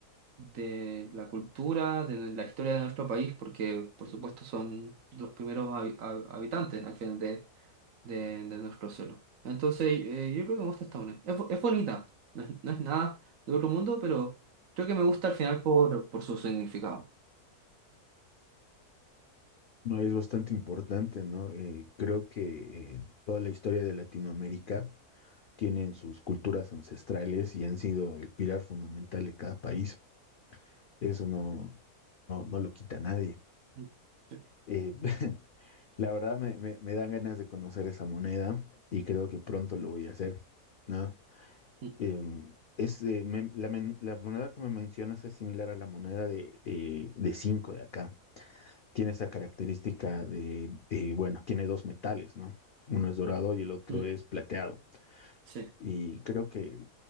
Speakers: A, on the right; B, on the left.
A: de la cultura, de la historia de nuestro país, porque por supuesto son los primeros habi- hab- habitantes al final de, de, de nuestro suelo. Entonces eh, yo creo que me gusta esta unión Es, bo- es bonita, no es, no es nada de otro mundo, pero creo que me gusta al final por, por su significado.
B: No, es bastante importante, ¿no? Eh, creo que eh, toda la historia de Latinoamérica tienen sus culturas ancestrales y han sido el pilar fundamental de cada país. Eso no, no, no lo quita nadie.
A: Mm, Sí,
B: Eh, <laughs> la verdad me, me- me dan ganas de conocer esa moneda y creo que pronto lo voy a hacer, ¿no?
A: mm,
B: Em, es, eh, me- la, men- la moneda que me mencionas es similar a la moneda de, de, de cinco de acá. Tiene esa característica de, eh, bueno, tiene dos metales, ¿no? Uno es dorado y el otro
A: mm,
B: es plateado.
A: sí,
B: Y creo que